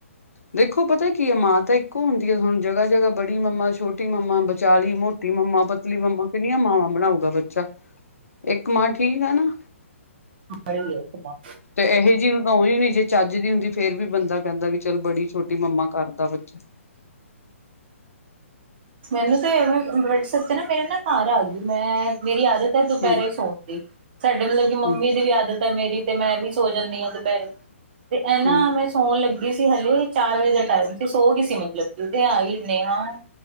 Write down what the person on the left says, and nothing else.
ਦੇਖੋ, ਪਤਾ ਕੀ ਆ ਮਾਂ ਤਾਂ ਇੱਕੋ ਹੁੰਦੀ ਹੈ ਹੁਣ ਜਗ੍ਹਾ-ਜਗ੍ਹਾ ਬੜੀ ਮੰਮਾ ਛੋਟੀ ਮੰਮਾ ਵਿਚਾਲੀ ਮੋਟੀ ਮੰਮਾ ਪਤਲੀ ਮੰਮਾ ਕਿੰਨੀਆਂ ਮਾਵਾਂ ਬਣਾਉਗਾ ਬੱਚਾ ਇੱਕ ਮਾਂ ਠੀਕ ਆ ਨਾ
ਤੇ ਇਹੋ ਜਿਹੀ ਨੂੰ ਤਾਂ ਜ ਨੀ ਜੇ ਚੱਜ ਨਹੀਂ ਹੁੰਦੀ ਫੇਰ ਵੀ ਬੰਦਾ ਕਹਿੰਦਾ ਵੀ ਚੱਲ ਬੜੀ ਛੋਟੀ ਮੰਮਾ ਕਰਦਾ ਬੱਚਾ
ਹੂੰ
ਹੂੰ
ਹੂੰ